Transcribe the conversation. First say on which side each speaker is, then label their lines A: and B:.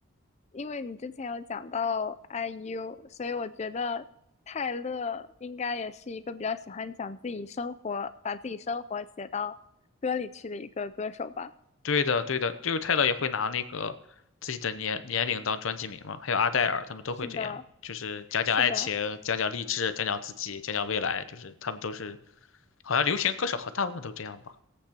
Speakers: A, on the left; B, on the left.
A: 因为你之前有讲到 IU，所以我觉得泰勒应该也是一个比较喜欢讲自己生活，把自己生活写到歌里去的一个歌手吧。
B: 对的对的，就是泰勒也会拿那个自己的年年龄当专辑名嘛，还有阿黛尔他们都会这样，
A: 是的，
B: 就是讲讲爱情，
A: 是的，
B: 讲讲励志，讲讲自己，讲讲未来，就是他们都是，好像流行歌手好像大部分都这样吧，